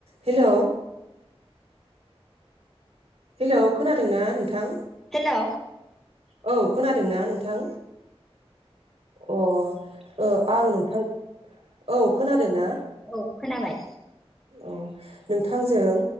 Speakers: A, on the right; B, in the centre.
A: Hello hello खोनादोंना नों थां
B: हेलौ
A: औ खोना दोंना नोंथां? अ ओ आं नोंथां औ खोनादों ना?
B: औ खोनाबाय
A: अ नोंथांजों